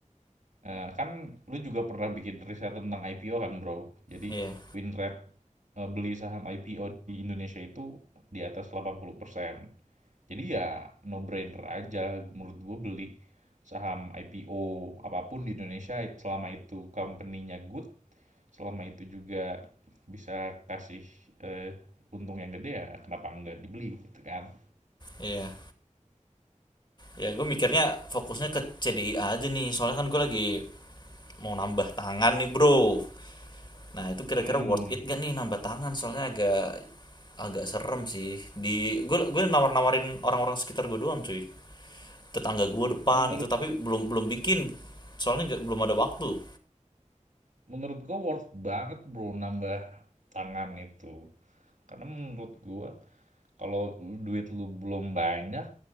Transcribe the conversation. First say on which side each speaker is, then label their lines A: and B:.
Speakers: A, on the right; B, on the left.
A: eh, kan lu juga pernah bikin riset tentang IPO kan bro. Jadi
B: Iya,
A: win rate eee, beli saham IPO di Indonesia itu di atas 80%. Jadi ya no brainer aja menurut gue beli saham IPO apapun di Indonesia selama itu company-nya good, selama itu juga bisa kasih, eee, untung yang gede ya kenapa nggak dibeli gitu kan.
B: iya. ya gue mikirnya fokusnya ke C D I aja nih soalnya kan gue lagi mau nambah tangan nih bro nah itu kira-kira
A: Hmm,
B: worth it gak nih nambah tangan soalnya agak agak serem sih di gue gue nawar-nawarin orang-orang sekitar gue doang cuy tetangga gue depan
A: menurut
B: itu tapi belum belum bikin soalnya nggak- belum ada waktu
A: menurut gue worth banget Bro nambah tangan itu. Karena menurut gue Kalau duit lu belum banyak